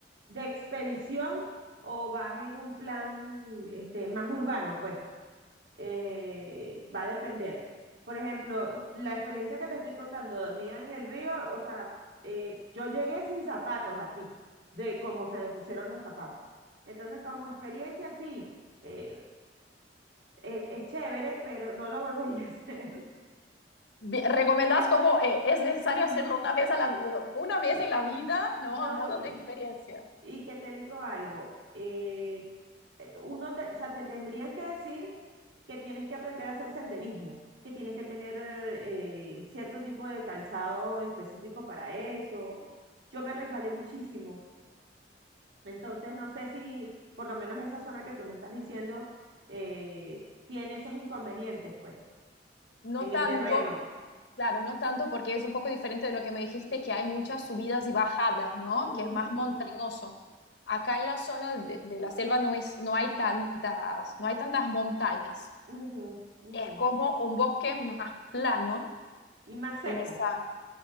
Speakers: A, on the right; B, on the left.
A: de expedición o vas en un plan este, más urbano, pues. eh, va a depender. Por ejemplo, la experiencia que te estoy contando mía en el río, o sea, eh, yo llegué sin zapatos aquí, de cómo se me pusieron los zapatos. Entonces, como experiencia, sí, eh, es, es chévere, pero no lo volvería a hacer. <laughs>
B: Bi- ¿Recomendás cómo eh, es necesario
A: Ah,
B: hacerlo una vez, a la, vi- una vez
A: eh,
B: en la vida, ¿no?
A: no,
B: A modo
A: y,
B: de experiencia.
A: y que te digo algo, eh, eh, uno te, o sea, te tendrían que decir que tienes que aprender a hacer senderismo, que tienes que tener eh, cierto tipo de calzado específico para eso. Yo me resbalé muchísimo, entonces no sé si por lo menos esa zona que tú me estás diciendo eh, tiene esos inconvenientes, pues,
B: No
A: en
B: tanto,
A: el terreno.
B: claro, no tanto porque es un poco diferente de lo que me dijiste, que hay muchas
A: Ujú,
B: subidas y bajadas, ¿no?
A: ujú,
B: Que es más montañoso.
A: ujú,
B: Acá en la zona de, de la selva no es, no hay tantas, no hay tantas montañas.
A: ujú, ujú,
B: Es
A: ujú.
B: como un bosque más plano
A: Y más seco,
B: en esa,